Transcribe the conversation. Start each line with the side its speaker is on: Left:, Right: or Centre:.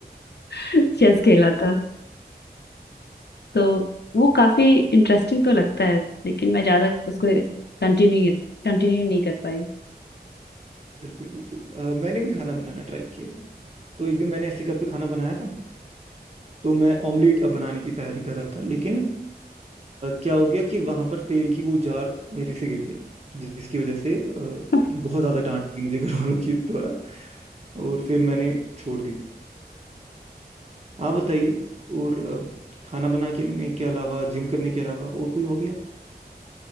Left: <laughs> चेस खेला था तो वो काफी इंटरेस्टिंग तो लगता है लेकिन मैं ज्यादा उसको कंटिन्यू कंटिन्यू नहीं कर पाई
Right: बिल्कुल बिल्कुल अ, मैंने भी खाना बनाना ट्राई किया है। तो एक दिन मैंने ऐसे घर पे खाना बनाया था तो मैं ऑमलेट अब बनाने की तैयारी कर रहा था लेकिन अ, क्या हो गया कि वहां पर तेल की वो जार मेरे से गिर गया जिसकी वजह से अ,
Left: <laughs>
Right: बहुत ज़्यादा डांट थी मुझे घर वालों की द्वारा और फिर मैंने छोड़ दिया आप बताइए और अ, खाना बनाने के अलावा जिम करने के अलावा और कोई हॉबी आपकी